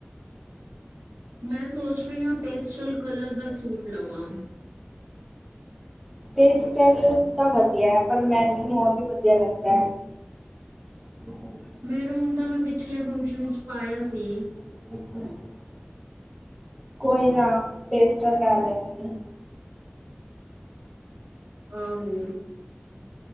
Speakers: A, on the right; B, in the centre.
A: ਮੈਂ ਸੋਚ ਰੀ ਆਂ। ਪੇਸਟਲ ਕਲਰ ਦਾ ਸੂਟ ਲਵਾਂ।
B: ਪੈਸਟਲ ਤਾਂ ਵਧੀਆ ਐ। ਪਰ ਮੈਰੂਨ ਹੋਰ ਵੀ ਵਧੀਆ ਲੱਗਦਾ ਐ। <unintelligible>
A: ਮਹਰੂਨ ਤਾਂ ਮੈਂ ਪਿਛਲੇ ਫੰਕਸ਼ਨ ਵਿੱਚ ਪਾਏਆ ਸੀ।
B: <unintelligible> ਕੋਈ ਨਾ, ਪੇਸਟਲ ਲੈ ਲੈਂਗੇ।
A: ਆਹੋ।